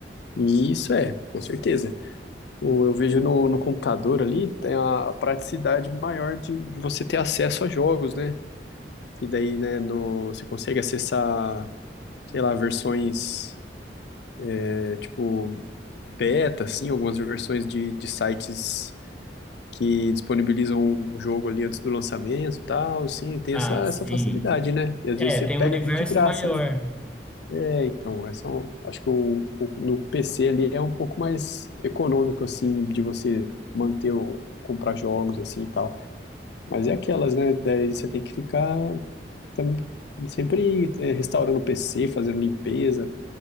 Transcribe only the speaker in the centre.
Ah,
sim.
É,
tem
um universo
maior.